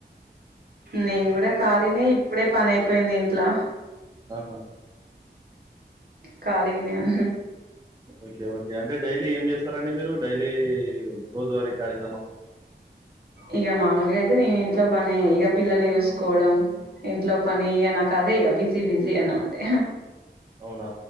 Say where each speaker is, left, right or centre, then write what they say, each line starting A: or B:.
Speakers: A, on the right; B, on the right.
A: నేను కూడా ఖాళినే ఇప్పుడే పని అయిపోయింది ఇంట్లో
B: ఆహ
A: కలిగనేవున్న
B: ఓకే ఓకే అంటే డైలీ ఏం చేస్తారండి మీరు డైలీ రోజువారీ క
A: ఇగ మామూలుగా అయితే నను ఇంట్లో పని ఇగ పిల్లల్ని చూసుకోవడం ఇంట్లో పని ఇక నాకు అదే ఇక బిజీ బిజీ అన అంటే
B: అవునా